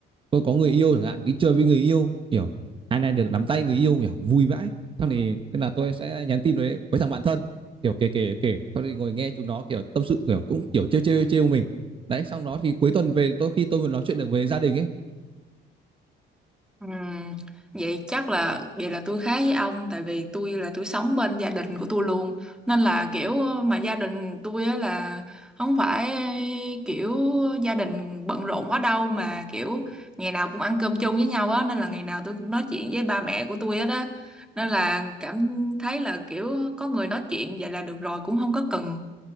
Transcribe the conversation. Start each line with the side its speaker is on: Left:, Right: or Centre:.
Right: tôi có người yêu chẳng hạn đi chơi với người yêu kiểu hai này được nắm tay người yêu kiểu vui vãi sau thì tức là tôi sẽ nhắn tin với với thằng bạn thân kiểu kể kể kể sau thì ngồi nghe chúng nó kiểu tâm sự kiểu cũng kiểu trêu trêu trêu mình đấy sau đó thì cuối tuần về tôi khi tôi vừa nói chuyện được về gia đình ấy
Centre: Ừm, vậy chắc là vậy là tôi khác với ông tại vì tôi là tôi sống bên gia đình của tôi luôn nên là kiểu mà gia đình tôi á là không phải kiểu gia đình bận rộn quá đâu mà kiểu ngày nào cũng ăn cơm chung với nhau á nên là ngày nào tôi cũng nói chuyện với ba mẹ của tôi hết á nên là cảm thấy là kiểu có người nói chuyện vậy là được rồi cũng không có cần